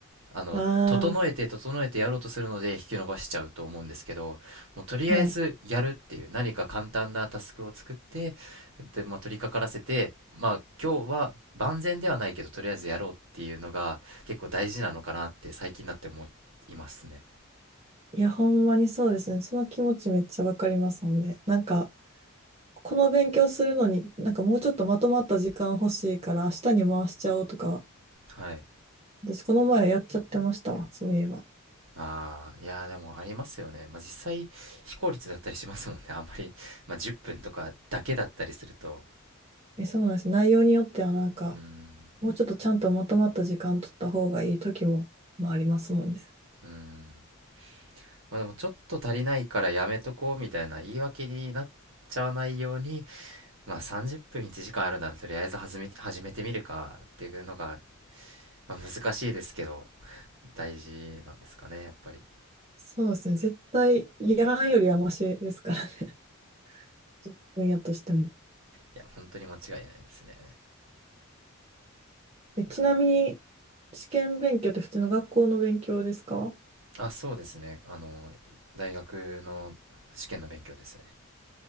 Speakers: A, on the right (about 65°); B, on the right (about 30°).
A: あの整えて整えてやろうとするので引き延ばしちゃうと思うんですけどもうとりあえずやるっていう何か簡単なタスクを作って
B: ああ、はい。
A: で、まあ、取り掛からせてまあ今日は万全ではないけどとりあえずやろうっていうのが結構大事なのかなって最近になって思いますね。
B: いや、ほんまにそうですね。その気持ちめっちゃわかりますもんね。なんか、この勉強するのに、なんかもうちょっとまとまった時間欲しいから明日に回しちゃおうとか、
A: はい
B: 私この前やっちゃってましたわ。そういえば。
A: ああ、いやーでもありますよね。まあ実際非効率だったりしますもんね。あんまり、まあ、10分とかだけだったりすると。
B: え、そうなんです。内容によってはなんか、
A: うーん、
B: もうちょっとちゃんとまとまった時間取った方がいい時も、まあ、ありますもんね。
A: うーん。まあでもちょっと足りないからやめとこうみたいな言い訳になっちゃわないように、まあ30分1時間あるならとりあえず始め、始めてみるかっていうのが、まあ難しいですけど、大事なんですかね、やっぱり。い
B: そうですね。絶対やらないよりはマシですからね。<laughs> 分野としても。
A: や、本当に間違いないですね。
B: え、ちなみに、
A: いや
B: 試験勉強って普通の学校の勉強ですか
A: ー、あ、そうですね。あの、大学の試験の勉強ですね。